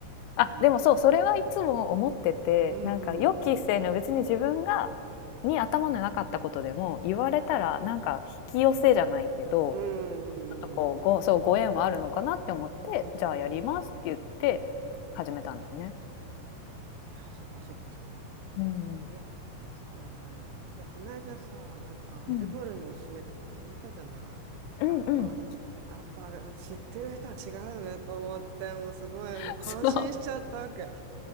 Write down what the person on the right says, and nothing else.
その、
うんうん
うーん。
う
ーん。
い
や、そっかそっかそっか。
いや、そうだよね。いや、この間さ、なんかメルボルンのおすすめとか聞いたじゃない。
やっぱ、やっぱ知ってる人は違うよねと思って、もうすごい、
もう感心しちゃったわけ。